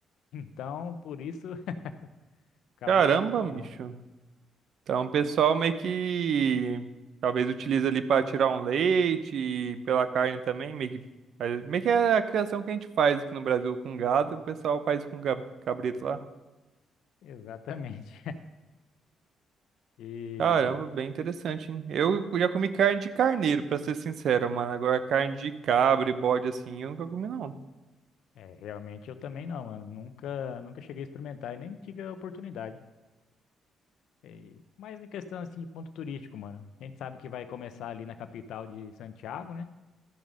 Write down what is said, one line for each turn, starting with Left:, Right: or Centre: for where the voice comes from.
Left: Então, por isso, <laughs> cabrito
Right: Caramba,
Left: é muito comum.
Right: bicho. Então, o pessoal meio que talvez utiliza ali para tirar um leite e pela carne também, meio que aí, meio que é a criação que a gente faz aqui no Brasil com gado, e o pessoal faz com gab- cabrito lá.
Left: Exatamente. E
Right: Caramba, bem interessante, hein? Eu já comi carne de carneiro, pra ser sincero, mano. Agora carne de cabra e bode assim, eu nunca comi não.
Left: é, realmente eu também não, mano. Nunca, nunca cheguei a experimentar e nem tive a oportunidade. E- mas em questão assim de ponto turístico, mano. A gente sabe que vai começar ali na capital de Santiago, né? O